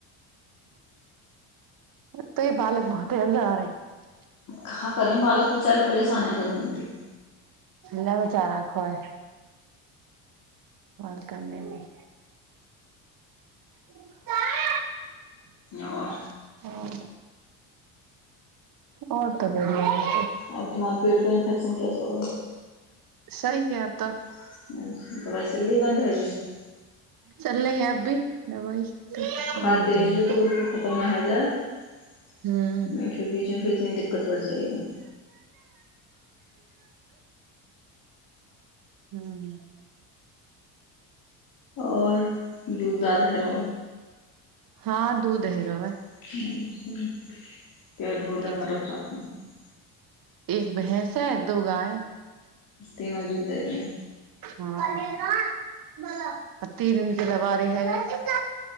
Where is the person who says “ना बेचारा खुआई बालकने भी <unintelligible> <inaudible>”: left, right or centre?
Right